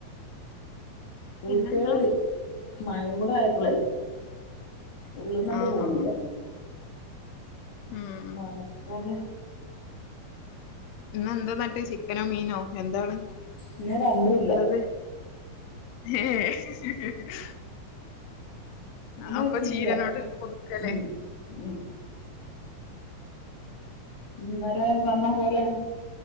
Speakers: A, on the left; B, on the left.
A: പൂച്ചകള്
B: പിന്നെന്താ
A: മഴെ കൂട ആയപ്പളെ ഉള്ള്ന്നണ്ട്
B: ആഹ്
A: പോണില്ല
B: ഉം
A: തണ്പ്പോണ്ട്
B: ഉം ഇന്നെന്താ ന്ന്ട്ട് ചിക്കനോ മീനോ എന്താണ്
A: ഇന്ന് രണ്ടൂല്ല
B: ഇള്ളത് ഏഹ്
A: ഇന്ന്
B: അപ്പൊ
A: ചീര
B: ചീരനോട് പൊതുക്കാലെ
A: ഉം ഉം ഇന്നലെ പർഞ്ഞ പോലെ